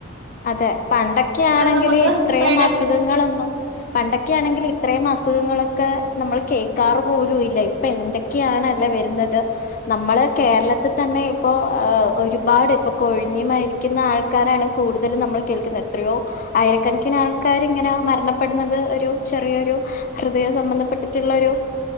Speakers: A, on the left; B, on the right.
A: അതെ പണ്ടൊക്കെയാണെങ്കില്
B: നമുക്ക്
A: ഇത്രയും
B: സൈഡ്
A: അസുഖങ്ങളൊന്നും.
B: എഫക്ട്
A: പണ്ടൊക്കെയാണെങ്കില് ഇത്രയും അസുഖങ്ങളൊക്കെ നമ്മൾ കേക്കാറ് പോലുംഇല്ല. പ്പൊ എന്തൊക്കെയാണല്ല വരുന്നത്. നമ്മള് കേരളത്തിതന്നെ ഇപ്പോ ഒരുപാട് ഇപ്പൊ. കൊഴിഞ്ഞു മരിക്കുന്ന ആൾക്കാരാണ് കൂടുതലും നമ്മൾ കേൾക്കുന് എത്രയോ. ആയിരക്കണക്കിന് ആൾക്കാര്ങ്ങനെ മരണപ്പെടുന്നത് ഒരു ചെറിയൊരു. ഹൃദയം സംബന്ധപ്പെട്ടിട്ടുള്ള ഒരു